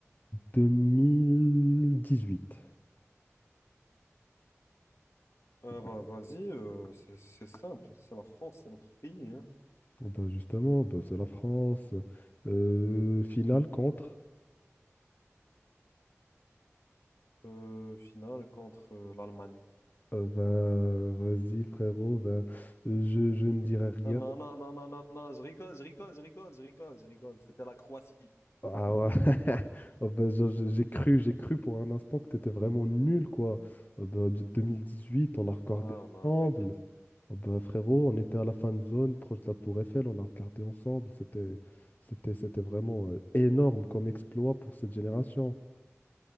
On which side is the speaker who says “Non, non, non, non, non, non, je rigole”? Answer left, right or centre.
Left